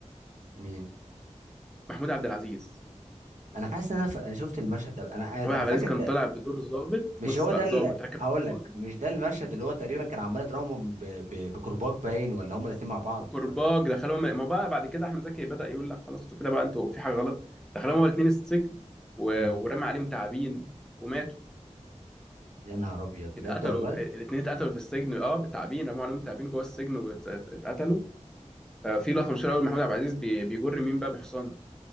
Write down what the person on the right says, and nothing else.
مين
انا حاسس ان انا ف... أنا شفت المشهد ده انا
انا
فاكر
ده
مش
هو
ده اللي
هقول لك
مش ده المشهد اللي هو تقريبا كان عمال يضربهم ب... ب... بكرباج باين ولا هما الاثنين مع بعض
ولا
امم
يا نهار ابيض بجد
والله